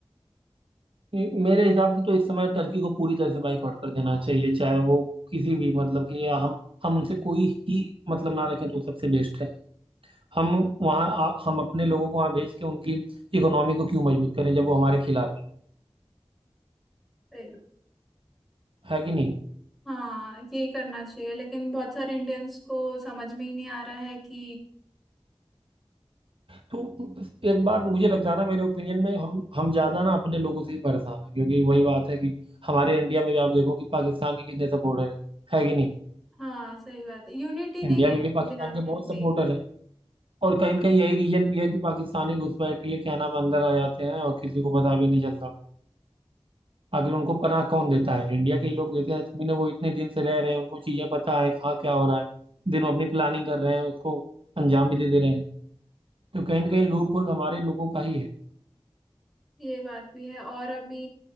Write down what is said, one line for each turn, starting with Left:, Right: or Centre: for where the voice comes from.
Right: ये- मेरे हिसाब से तो इस समय टर्की को पूरी तरह से बाइकआउट कर देना चाहिए चाहे वो किसी भी मतलब कि या हम हम उनसे कोई ही मतलब ना रखें तो सबसे बेस्ट है हम वहाँ आ- हम अपने लोगों को वहाँ भेज के उनकी इकोनॉमी को क्यों मजबूत करें जब वो हमारे खिलाफ है तो
Centre: ए,
Right: है कि नहीं
Centre: हाँ यही करना चाहिए लेकिन बहुत सारे इंडियंस को समझ में ही नहीं आ रहा है कि
Right: तो एक बात मुझे लगता है ना मेरे ओपिनियन में हम हम ज्यादा ना अपने लोगों से ही परेशान है क्योंकि वही बात है कि हमारे इंडिया में भी आप देखो कि पाकिस्तान के कितने सपोर्टर हैं है कि नहीं
Centre: हाँ सही बात है यूनिटी नहीं
Right: इंडिया
Centre: है
Right: में भी पाकिस्तान
Centre: इंडिया में
Right: के बहुत
Centre: इतनी।
Right: सपोर्टर हैं और कहीं कहीं यही रीजन भी है कि पाकिस्तानी घुसपैठी है क्या नाम अंदर आ जाते हैं और किसी को पता भी नहीं चलता आखिर उनको पनाह कौन देता है इंडिया के ही लोग देते हैं तभी ना वो इतने दिन से रह रहे हैं उनको चीजें पता है कहाँ क्या हो रहा है दिन वो अपनी प्लानिंग कर रहे हैं उसको अंजाम भी दे दे रहे हैं तो कहीं
Centre: हाँ,
Right: ना कहीं लूप होल हमारे लोगों का ही है
Centre: ये बात भी है और अभी